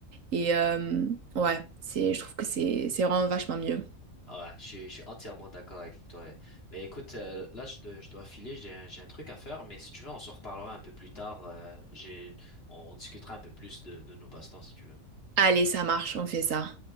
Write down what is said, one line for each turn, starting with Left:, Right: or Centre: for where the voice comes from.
Right: Et euh, ouais, c'est, je trouve que c'est, c'est vraiment vachement mieux.
Left: Ah Ouais, je suis, je suis entièrement d'accord avec toi. Mais écoute, euh, là, je, dois- je dois filer, j'ai un, j'ai un truc à faire, mais si tu veux, on se reparlera un peu plus tard. euh, j'ai, on discutera un peu plus de, de nos passe-temps, si tu veux.
Right: Allez, ça marche, on fait ça.